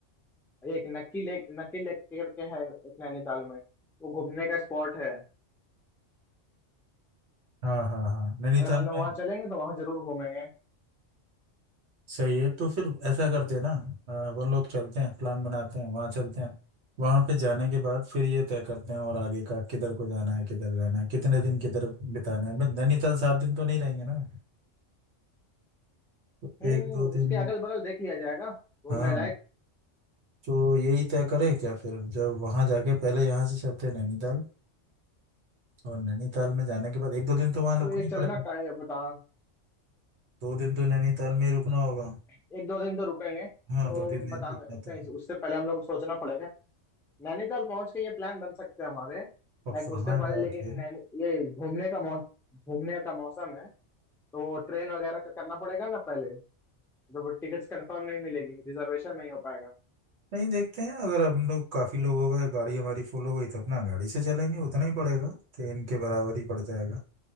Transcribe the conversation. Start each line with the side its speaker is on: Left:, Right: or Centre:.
Centre: एक नक्की लेक नक्की लेक करके है एक नैनीताल में वो घूमने का स्पॉट है
Right: हाँ हाँ हाँ नैनीताल
Centre: अगर हमने वहाँ
Right: में
Centre: चलेंगे तो वहाँ जरूर घूमेंगे
Right: सही है तो फिर ऐसा करते हैं ना अ, अपन लोग चलते हैं प्लान बनाते हैं वहाँ चलते हैं वहाँ पे जाने के बाद फिर ये तय करते हैं और आगे का किधर को जाना है किधर रहना है कितने दिन किधर बिताना है भाई नैनीताल सात दिन तो नहीं रहेंगे ना तो
Centre: हम्म
Right: एक दो दिन
Centre: उसके अगल बगल देख लिया जाएगा घूमने
Right: हाँ
Centre: लायक
Right: तो यही तय करें क्या फिर जब वहाँ जाके पहले यहाँ से चलते हैं नैनीताल और नैनीताल में जाने के बाद एक दो दिन तो वहाँ रुकना
Centre: तो ये
Right: ही
Centre: चलना
Right: पड़ेगा
Centre: का है बता
Right: दो दिन तो नैनीताल में ही रुकना होगा
Centre: एक दो दिन तो रुकेंगे
Right: हाँ
Centre: तो
Right: दो तीन दिन
Centre: बताना
Right: इतना तो
Centre: कहीं से-
Right: है।
Centre: उससे पहले हम लोग को सोचना पड़ेगा नैनीताल पहुंच के ये प्लान बन सकते हैं हमारे
Right: और
Centre: लाइक
Right: वहाँ
Centre: उससे पहले
Right: जाके
Centre: लेकिन नैनी ये घूमने का मौ, घूमने का मौसम है तो वो ट्रेन वगैरह का करना पड़ेगा ना पहले तो वो टिकट्स कंफर्म नहीं मिलेगी रिजर्वेशन नहीं हो पाएगा
Right: नहीं देखते हैं अगर हम लोग काफी लोग हो गए गाड़ी हमारी फुल हो गई तो अपना गाड़ी से चलेंगे उतना ही पड़ेगा ट्रेन के बराबर ही पड़ जाएगा